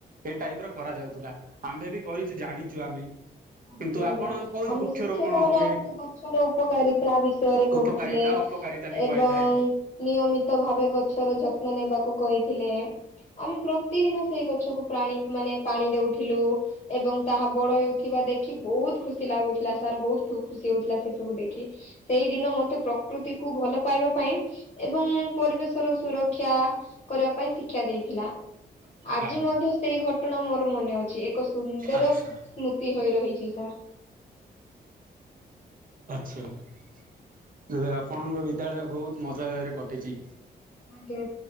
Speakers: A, on the right (about 45°); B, on the left (about 35°).
A: ଏଇ ଟାଇପ୍ ର କରାଯାଉଥିଲା ଆମ୍ଭେ ବି କରିଛୁ ଜାଣିଛୁ ଆମେ।
B: ଆଜ୍ଞା
A: କିନ୍ତୁ
B: ଆଜ୍ଞା
A: ଆପଣ କହୁଛି
B: ଆମର
A: ବୃକ୍ଷରୋପଣ
B: ଶିକ୍ଷକ ମାନେ
A: ହୁଏ
B: ଆମକୁ ଗଛର ଉପକାରିତା ବିଷୟ ବିଷୟରେ
A: ଉପକାରିତା
B: କହୁଥିଲେ
A: ଅପକାରିତା ବି
B: ଏବଂ
A: କହିଥାଏ
B: ନିୟମି ତ ଭାବେ ଗଛର ଯତ୍ନ ନେବାକୁ କହିଥିଲେ। ଆମେ ପ୍ରତିଦିନ ସେଇ ଗଛକୁ ପ୍ରାଣି ମାନେ ପାଣି ଦଉଥିଲୁ ଏବଂ ତାହା ବଡ ହେଉ ଥିବା ଦେଖି ବୋହୁତ ଖୁସି ଲାଗୁଥିଲା ସାର୍ ବୋହୁତ ଖୁସି ହଉଥିଲା ସେ ସବୁ ଦେଖି। ସେଇଦିନ ମତେ ପ୍ରକୃତିକୁ ଭଲ ପାଇବା ପାଇଁ ଏବଂ ପରିବେଶ ର ସୁରକ୍ଷା କରିବା ପାଇଁ ଶିକ୍ଷା ଦେଇଥିଲା। ଆଜି
A: ଆଜ୍ଞା
B: ମଧ୍ୟ ସେଇ ଘଟଣା ମୋର ମନେ ଅଛି ଏକ ସୁନ୍ଦର
A: ଆଚ୍ଛା
B: ଏମିତି ହୋଇ ରହିଚି ସାର୍।
A: ଆଛା ଆପଣଙ୍କ ବିଦ୍ୟାଳୟ ବୋହୁତ ମଜା ଯାଗାରେ କଟିଚି।
B: ଆଜ୍ଞା